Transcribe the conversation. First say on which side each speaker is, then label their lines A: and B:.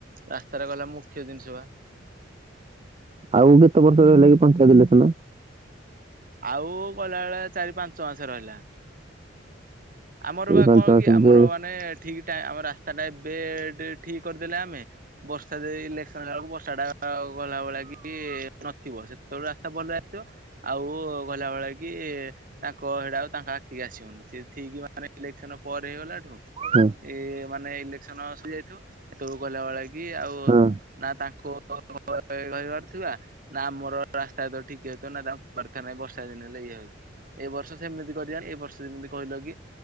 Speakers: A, on the right; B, on the right.
A: ରାସ୍ତା ଟା ଗଲା ମୁଖ୍ୟ ଜିନିଷ ବା।
B: ଆଉ କେତେ ବର୍ଷ ରହିଲା କିି ପଞ୍ଚାୟତ ଇଲେକ୍ସନ୍।
A: ଆଉ କହିଲା ଭଳିଆ ଚାରି ପାଞ୍ଚ ମାସ ରହିଲା। ଆମର
B: ଏଇ
A: ବା
B: ପାଞ୍ଚ
A: କଣ
B: ମାସ
A: କି ଆମର
B: ଭିତରେ
A: ମାନେ ଠିକ୍ ଟାଇମ୍ ଆମର ରାସ୍ତାଟା ଏବେ ଠିକ୍ କରିଦେଲେ ଆମେ। ବର୍ଷା ଯେ ଇଲେକ୍ସନ୍ ହେଲା ବେଳକୁ ବର୍ଷା ଟା ଆଉ ଗଲା ଭଳିଆ କିଛି ନଥିବ ସେ। ବେଳେ ରାସ୍ତା ଭଲଇଆସିଥିବ। ଆଉ କହିଲା ଭଳିଆ କି ତାଙ୍କ ସେଟା ଆଉ ତାଙ୍କ ଆଖି କି ଆସିବନି ସେ ଠିକ୍ ମାନେ। ମାନେ ଇଲେକ୍ସନ୍ ପରେ ହେଇଗଲାଠୁ।
B: ହୁଁ।
A: ଏଇ ମାନେ ଇଲେକ୍ସନ୍ ଆସିଯାଇଥିବ ସେତେବେଳକୁ କହିଲା ଭଳିଆ କି ଆଉ।
B: ହଁ
A: <unintelligible> କହି କହିପାରୁଥିବା ନା ଆମର ରାସ୍ତା ତ ଠିକ୍ ହେଇଥିବ ନା ତାଙ୍କୁ କହିପାରୁଥିବା ନା ବର୍ଷା ଦିନ ହେଲେ ଏଇଆ ହେଉଛି। ଏ ବର୍ଷ ସେମିତି କରିବା ଏ ବର୍ଷ ଯେମିତି କହିଲ କି।